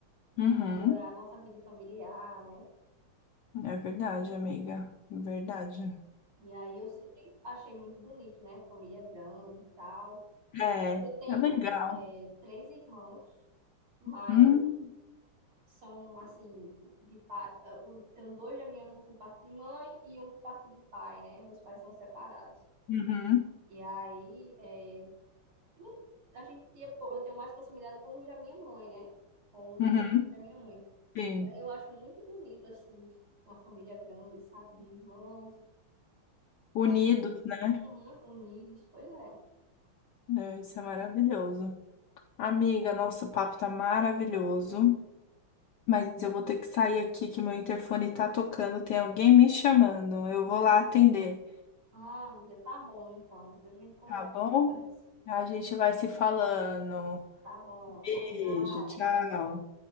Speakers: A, on the right; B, on the left.
A: de
B: Uhum,
A: melhorar a nossa vida familiar, né?
B: é verdade, amiga, verdade.
A: E aí eu sempre achei muito bonito, né? Família grande e tal.
B: É,
A: Eu tenho
B: é legal.
A: é, três irmãos, mas
B: Hum,
A: são assim, de pai. Tenho dois da minha mãe por parte de mãe e um por parte de pai, né? Meus pais são separados.
B: Uhum,
A: E aí é, não- a gente tinha, po- eu tenho mais proximidade com os da minha mãe, né? Com os
B: uhum,
A: da minha mãe.
B: sim.
A: Aí eu acho muito bonito, assim, uma família grande, sabe? De irmãos, mas
B: Unidos, né?
A: uhum, unidos, pois é.
B: É, Isso é maravilhoso. Amiga, nosso papo tá maravilhoso. Mas eu vou ter que sair aqui que meu interfone tá tocando, tem alguém me chamando. Eu vou lá atender,
A: Ah, amiga, tá bom então. Depois a gente conversa
B: tá bom?
A: mais.
B: A gente vai se falando.
A: Tá bom.
B: Beijo,
A: Tchau, tchau.
B: tchau.